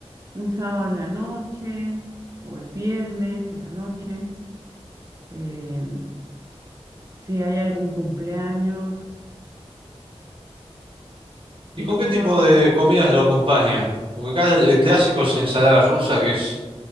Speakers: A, on the right; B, on the right.
A: un sábado en la noche o el viernes en la noche, em, si hay algún cumpleaños
B: ¿Y
A: y
B: con
A: como,
B: qué tipo de comidas lo acompañan? Porque acá el, el clásico es ensalada rusa, que es